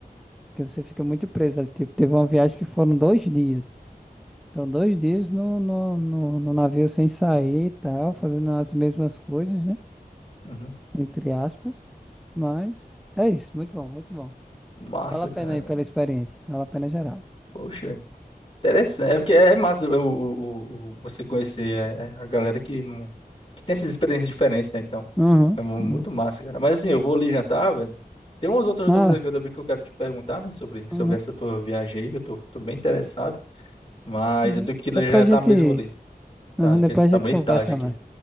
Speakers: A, in the centre; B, on the left (about 35°).
A: porque você fica muito preso ali. Tipo, teve uma viagem que foram dois dias. Então, dois dias no, no, no, no navio sem sair e tal, fazendo as mesmas coisas, né?
B: Uhum.
A: Entre aspas. Mas é isso, muito bom, muito bom.
B: Massa,
A: Vale a pena
B: cara.
A: aí pela experiência, vale a pena geral.
B: Poxa. Interessante, é porque é massa o, o, o- você conhecer é, é, a galera que não que tem essas experiências diferentes, né? Então,
A: Uhum,
B: é mu- muito
A: uhum.
B: massa, cara. Mas assim, eu vou ali jantar, velho. Tem umas outras
A: Ah,
B: dúvidas aqui também que eu quero te perguntar, né? Sobre, sobre
A: uhum,
B: essa tua viagem aí, que eu tô, tô bem interessado. Mas
A: uhum.
B: eu tenho que ir
A: Depois
B: lá jantar
A: a gente,
B: mesmo ali, tá?
A: uhum, depois
B: Que
A: a
B: tá
A: gente
B: meio
A: conversa
B: tarde aqui.
A: mais.